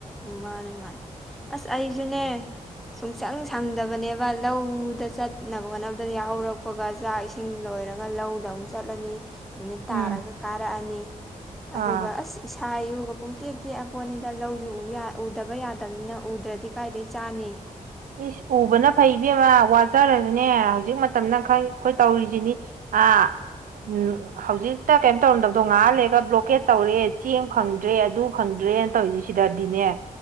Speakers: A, in the centre; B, on the right (about 75°).
A: ꯃꯥꯅꯤ ꯃꯥꯅꯦ ꯑꯁ ꯑꯩꯁꯨꯨꯅꯦ ꯁꯨꯡꯁꯪ ꯁꯪꯗꯕꯅꯦꯕ ꯂꯧꯗ ꯆꯠꯅꯕ ꯈꯣꯠꯅꯕꯗ ꯌꯥꯍꯧꯔꯛꯄꯒ ꯆꯥꯛ ꯏꯁꯤꯡ ꯂꯣꯏꯔꯒ ꯂꯧꯗ ꯑꯃꯨꯛ ꯆꯠꯂꯅꯤ ꯅꯨꯃꯤꯠ
B: ꯎꯝ
A: ꯇꯥꯔꯒ ꯀꯥꯔꯛꯑꯅꯤ
B: ꯑꯥ
A: ꯑꯗꯨꯒ ꯑꯁ ꯏꯁꯥ ꯌꯨꯒ ꯄꯨꯡꯇꯦꯛ ꯇꯦꯛꯑꯄꯣꯟꯅꯤꯗ ꯂꯧꯏ ꯍꯧ ꯎꯗꯕ ꯌꯥꯗꯕꯅꯤꯅ ꯎꯗ꯭ꯔꯗꯤ ꯀꯥꯏꯗꯒꯤ ꯆꯥꯅꯤ
B: ꯏꯁ ꯎꯕꯅ ꯐꯩꯕꯃ ꯋꯥꯠꯆꯔꯁꯨꯅꯦ ꯍꯧꯖꯤꯛ ꯃꯇꯝꯅ ꯈꯔ ꯑꯩꯈꯣꯏ ꯇꯧꯔꯤꯁꯤꯅꯤ ꯑꯥ ꯎꯝ ꯍꯧꯖꯤꯛꯇ ꯀꯩꯅꯝ ꯇꯧꯔꯝꯗꯕꯗꯣ ꯉꯍꯜꯂꯦꯒ ꯕ꯭ꯂꯣꯀꯦꯠ ꯇꯧꯔꯦ ꯆꯦꯡ ꯈꯪꯗ꯭ꯔꯦ ꯑꯗꯨ ꯈꯪꯗ꯭ꯔꯦꯅ ꯇꯧꯔꯤꯁꯤ ꯁꯤꯗꯗꯤꯅꯦ